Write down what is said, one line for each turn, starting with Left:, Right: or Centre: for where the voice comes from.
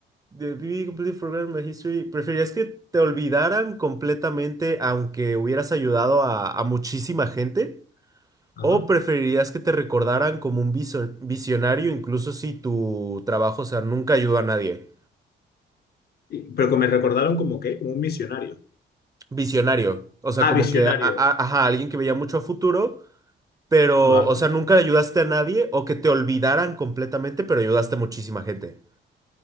Right: the BB completely forgotten my history, preferirías que te olvidaran completamente aunque hubieras ayudado a, a muchísima gente?
Left: Ajá.
Right: ¿O preferirías que te recordaran como un viso- visionario incluso si tu trabajo, o sea, nunca ayudó a nadie?
Left: Y- pero que me recordaron como que, como un misionario.
Right: visionario. O sea,
Left: Ah,
Right: como
Left: visionario.
Right: que, a- a- ajá, alguien que veía mucho a futuro, pero,
Left: Vale.
Right: o sea, nunca le ayudaste a nadie o que te olvidaran completamente, pero ayudaste a muchísima gente.